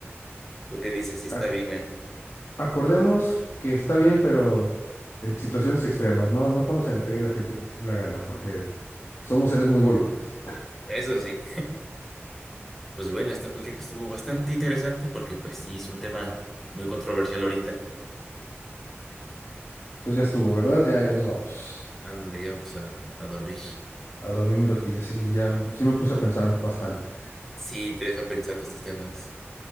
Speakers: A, in the centre; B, on the left (about 65°).
A: ¿Tú qué dices? Sí
B: ac-
A: está bien, ¿eh?
B: acordemos que está bien, pero en situaciones extremas, no, no cuando se le pegue la gente la gana, porque somos seres muy volubles.
A: Eso sí. Pues bueno, esta plática estuvo bastante interesante porque pues sí, es un tema muy controversial ahorita.
B: Entonces ya estuvo, ¿verdad? Ya, ya nos vamos.
A: Ándale, ya vamos a, a dormir.
B: A dormir un ratillo, sí, ya, sí me puse a pensar bastante.
A: Sí, te deja pensando estos temas.